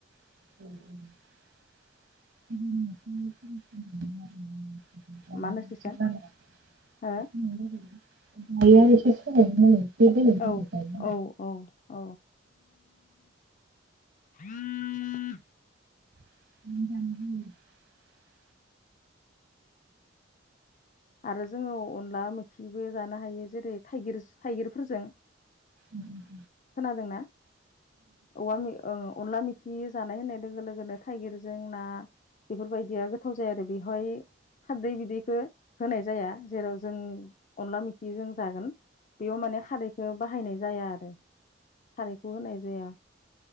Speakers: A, on the right (about 75°); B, on the left (about 40°).
A: <unintelligible> <unintelligible>
B: मा होनो सिस्टार
A: <unintelligible>
B: हो औ
A: जाबाय दायो
B: औ औ औ, हम <unintelligible>
A: <unintelligible>
B: आरो जोङो अनला मोखुनबो जानो हायो जेरै थाइगिर थाइगिरफोरजों।
A: औ औ,
B: खोनादोंना औवा अनला मैखि खि जानाय होननाय लोगो लोगोनो थाइगिरजों ना बेफोरबायदिया गोथाव जाया आरो बेवहाय खारदै बिदैखौ होनाय जाया जेराव जों अनला मोखि जों जागोन बेयाव माने खारैखौ बाहायनाय जाया आरो। खारैखौ होनाय जाया